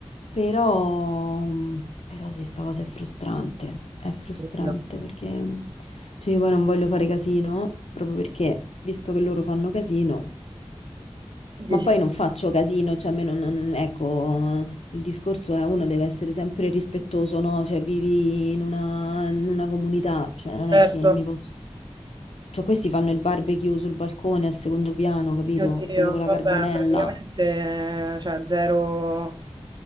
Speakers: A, on the left; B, on the right.
A: Però, però sì, sta cosa è frustrante, è frustrante
B: Credo.
A: perché, cioè, io poi non voglio fare casino, proprio perché, visto che loro fanno casino...
B: Dici,
A: Ma poi non faccio casino, cioè a me non, non- ecco, il discorso è uno deve essere sempre rispettoso, no? Cioè vivi in una, in una comunità, cioè non
B: certo.
A: è che mi posso... Cioè questi fanno il barbecue sul balcone al secondo piano, capito?
B: Mio Dio,
A: Quello con la
B: vabbè,
A: carbonella.
B: praticamente cioè, zero,